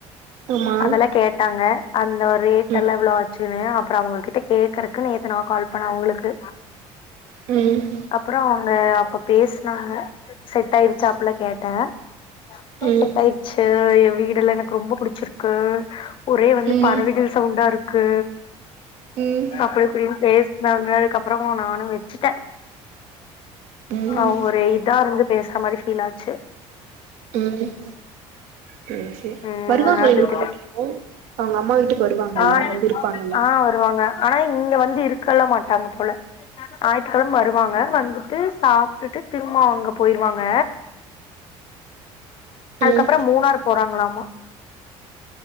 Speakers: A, on the right (about 75°); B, on the left (about 45°).
A: ஆமா
B: அதெல்லா கேட்டாங்க. அந்த ஒரு.
A: ம்
B: எல்லா எவ்ளோ ஆச்சுனு. அப்புறோ அவங்க கிட்ட கேக்குறக்கு நேத்து நா கால் பண்ண அவுங்களுக்கு.
A: ம்
B: அப்புறோ அவுங்க. அப்ப பேசனாங்க செட் ஆயிடுச்சா அப்டில்லா கேட்ட. அப்புறோ
A: ம்
B: செட்டாயிருச்சு எ வீ. இதெல்லா எனக்கு ரொம்ப புடிச்சிருக்கு. ஒரே வந்து
A: ம்
B: பறவைகள். யாருக்கு.
A: ம்
B: அப்படி இப்டினு பேசி. நார்மலானதுக்கு அப்புறோ நானு வெச்சுட்ட.
A: ம்
B: அஹ ஒரு இதே இருந்து. பேசுற மாரி ஃபீல்லாச்சு.
A: உஹம் சேரி சேரி
B: ம்
A: வருவாங்களா
B: அதனால
A: இங்க
B: விட்டுட்டே
A: மறுவடியு. அவங்க அம்மா வீட்டுக்கு வருவாங்கல்ல
B: ஆ
A: வந்து இருப்பாங்கல்ல.
B: ஆ வருவாங்க ஆனா இங்க வந்து இருக்கல்லா மாட்டாங்க போல ஞாயித்துக்கெழம வருவாங்க வந்துட்டு சாப்புட்டுட்டு திரும்ப அவங்க போயிருவாங்க. அதுக்கப்பறோ
A: ம்
B: மூணார் போறாங்களாமா.